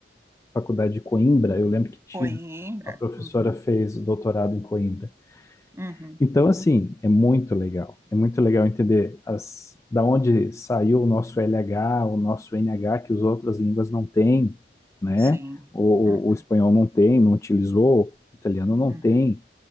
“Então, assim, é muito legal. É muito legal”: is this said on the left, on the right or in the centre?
Left